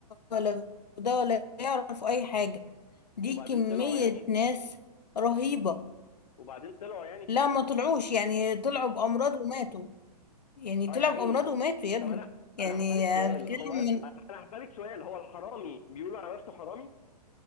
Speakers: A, on the left; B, on the left.
A: ولا في ده ولا يعرفوا اي حاجة دي
B: وبعدين
A: كمية
B: طلعوا يعني
A: ناس رهيبة
B: وبعدين طلعوا يعني في
A: لا
B: الاخر
A: ما طلعوش يعني طلعوا بامراض وماتوا يعني
B: اه
A: طلعوا
B: يا عيني
A: بامراض وماتوا يا ابني
B: طب انا
A: يعني
B: انا هسالك سؤال
A: آه، بتكلم
B: هو
A: من
B: انا هسالك سؤال هو الحرامي بيقول على نفسه حرامي